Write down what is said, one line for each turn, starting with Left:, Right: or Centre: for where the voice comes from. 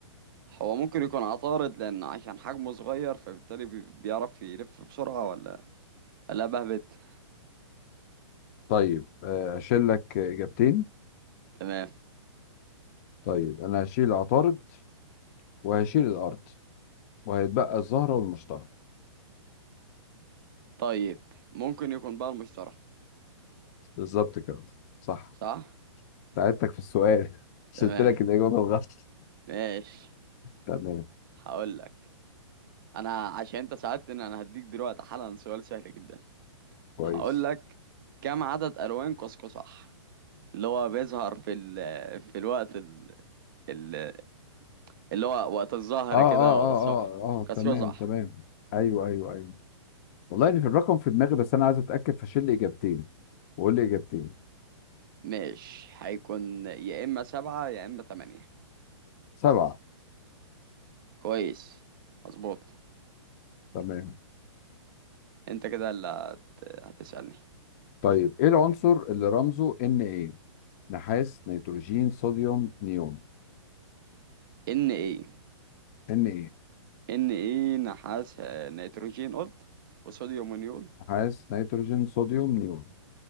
Right: هو ممكن يكون عطارد لأن عشان حجمه صغير فبالتالي بي- بيعرف يلف بسرعة ولا لا بهبت
Left: طيب آه، اشيل لك اجابتين
Right: تمام
Left: طيب انا هشيل عطارد وهشيل الارض وهيتبقى الزهرة والمشتري
Right: طيب ممكن يكون بقى المشتري
Left: بالظبط كده صح
Right: صح
Left: ساعدتك في السؤال <laughs> شلت
Right: تمام
Left: لك الاجابة الغلط
Right: ماشي
Left: تمام
Right: هقول لك أنا عشان أنت ساعدتني أنا هديك دلوقتي حالا سؤال سهل جدا
Left: كويس
Right: هقول لك كم عدد ألوان قوسقزح اللي هو بيظهر في ال في الوقت ال ال- اللي هو وقت الظهر
Left: اه اه
Right: كده وقت
Left: اه
Right: الصبح
Left: اه اه
Right: قوسقزح
Left: تمام تمام ايوه ايوه ايوه والله إن في الرقم في دماغي بس انا عايز اتاكد فشيل لي اجابتين وقول لي اجابتين
Right: ماشي هيكون يا إما سبعة يا إما تمانية
Left: سبعه
Right: كويس مظبوط
Left: تمام
Right: انت كده اللي هت- هتسألني
Left: طيب ايه العنصر اللي رمزه ان ايه نحاس نيتروجين صوديوم نيون
Right: ان ايه
Left: ان ايه
Right: ان ايه نحاس آه، نيتروجين قلت وصوديوم ونيون
Left: نحاس نيتروجين صوديوم نيون